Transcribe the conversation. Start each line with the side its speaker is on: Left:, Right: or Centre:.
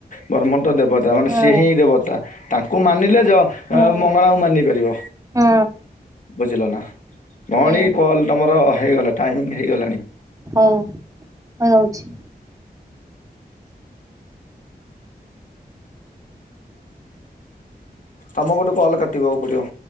Left: ବ୍ରହ୍ମଟ ଦେବତା ମାନେ
Right: ହଁ
Left: ସିଏ ହିଁ ଦେବତା ତାଙ୍କୁ ମାନିଲେ ଯ
Right: ହୁଁ
Left: ହଁ ମଙ୍ଗଳାକୁ ମାନି ପାରିବ
Right: ହଁ
Left: ବୁଝିଲ ନା ଭଉଣୀ
Right: ହୁଁ
Left: କଲ ମୋର ହେଇଗଲା ଟାଇମ ହେଇଗଲାଣି।
Right: ହଉ ହଉ ରହୁଛି।
Left: ତମ ପଟୁ କଲ୍ କାଟିଆକୁ ପଡ଼ିବ।